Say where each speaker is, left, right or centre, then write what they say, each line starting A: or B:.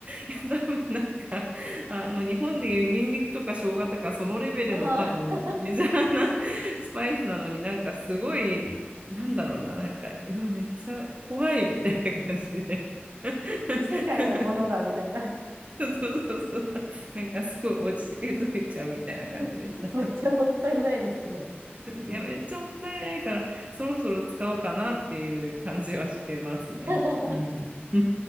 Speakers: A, on the right; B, on the right.
A: いや、多分なんか、あの、日本でいうニンニクとか生姜とか、そのレベルの多分メジャーなスパイスなのになんかすごい、
B: ああ。
A: なんだろうな、なんか、うわ、めっちゃ怖いみたいな感じで <laughs>
B: 異世界のものだみたいな。
A: そうそうそうそう。なんかすごい落ち着いちゃうみたいな感じでした。
B: <laughs> めっちゃもったいないですね。
A: <laughs> いや、めっちゃもったいないから、そろそろ使おうかなっていう感じはしてますね。
B: <laughs>
A: うん。<laughs> い